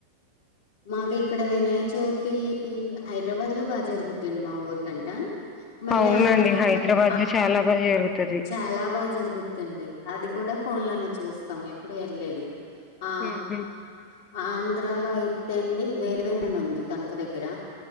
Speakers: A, on the left; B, on the left.
A: మాకు ఇక్కడ వినాయ చవితి హైదరాబాద్ లో బాగా జరుగుదండి మా ఊర్ కంట మళ్ళీ
B: అవునండి
A: ఆంధ్రలో
B: హైదరాబాద్
A: అ
B: లో చాలా బాగా జరుగుతది
A: చాలా బాగా జరుగుదండి అది కూడా ఫోన్ లోనే చూస్తాం ఎప్పుడు వెళ్లేదు ఆ
B: ఊహు
A: ఆ ఆంధ్రాలో అయితే అండి వేలువెన్ననుంది తణుకు దగ్గర